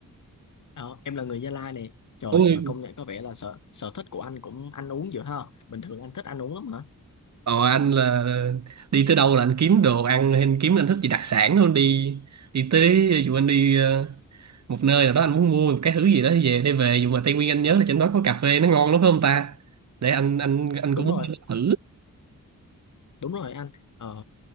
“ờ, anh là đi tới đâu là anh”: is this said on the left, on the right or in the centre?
Right